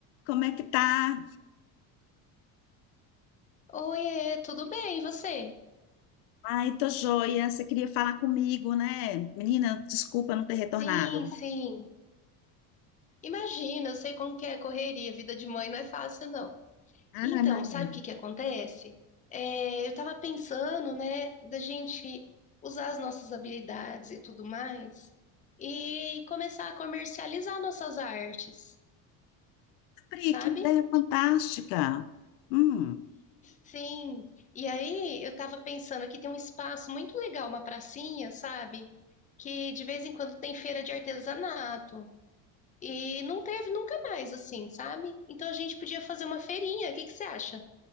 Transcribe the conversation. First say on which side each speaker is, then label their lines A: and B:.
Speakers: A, on the left (about 75°); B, on the left (about 20°).
A: Como é que tá?
B: Oiê, tudo bem, e você?
A: Ai, tô joia. Você queria falar comigo, né? Menina, desculpa não ter retornado.
B: Sim, sim. Imagina, eu sei como que é a correria, vida de mãe não é fácil, não.
A: Ah,
B: Então,
A: imagina.
B: sabe o que que acontece? É, eu tava pensando, né, da gente usar as nossas habilidades e tudo mais e começar a comercializar nossas artes,
A: Pri,
B: sabe?
A: que ideia fantástica. Hum,
B: Sim. E aí, eu tava pensando aqui tem um espaço muito legal, uma pracinha, sabe? Que de vez em quando tem feira de artesanato. E não teve nunca mais, assim, sabe? Então a gente podia fazer uma feirinha. O que que você acha?